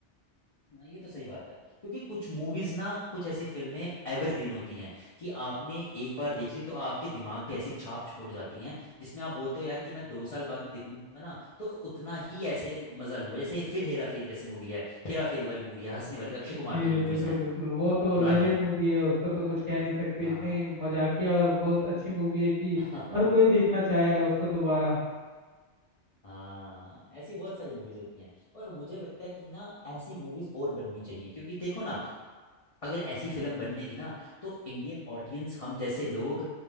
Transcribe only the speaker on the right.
जी
जी
बिल्कुल
बिल्कुल वो तो
लेजेंड मूवी है उसका तो कुछ कह नहीं सकते
इतनी मजाकिया और बहुत अच्छी मूवी है कि
हर कोई देखना चाहेगा उसको दोबारा